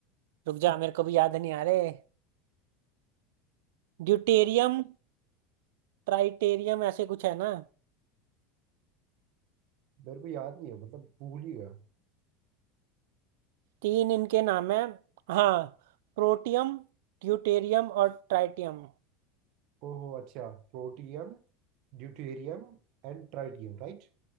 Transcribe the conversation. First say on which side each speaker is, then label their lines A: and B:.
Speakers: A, on the right (about 80°); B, on the right (about 60°).
A: रुक जा मेरे को भी याद नहीं आ रहे ड्यूटेरियम ट्राइटेरियम ऐसे कुछ है ना
B: मेरे को याद नहीं है मतलब भूल ही गया
A: तीन इनके नाम है हाँ प्रोटियम ड्यूटेरियम और ट्राइटियम
B: ओहो अच्छा protium deuterium and tritium right